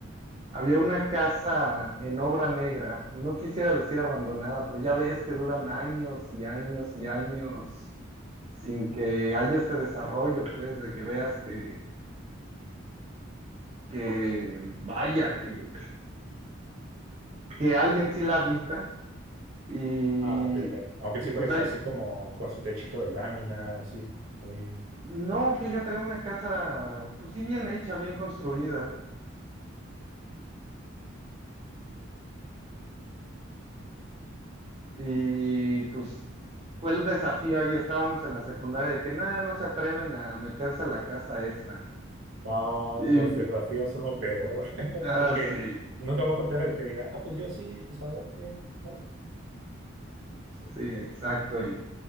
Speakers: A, on the right; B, on the right.
A: había una casa en obra negra, no quisiera decir abandonada, pero ya ves que duran años y años y años sin que haya este desarrollo, pues, de que veas que, que vaya, que, que alguien sí la habita. Y,
B: Ah, ok, ok. Aunque
A: y
B: siempre
A: pues
B: está
A: hay,
B: así como con su techito de lámina, así, muy...
A: no, fíjate, era una casa, pues sí, bien hecha, bien construida. Y pues fue el desafío ahí, estábamos en la secundaria de que nada, no se atreven a meterse a la casa esa.
B: No,
A: Y,
B: los desafíos son lo peor, <laughs>
A: ah,
B: porque
A: sí,
B: nunca va a faltar el que diga, ah, pues yo sí, pues a ver, ¿qué?", ¿no? Sí.
A: sí, exacto. Y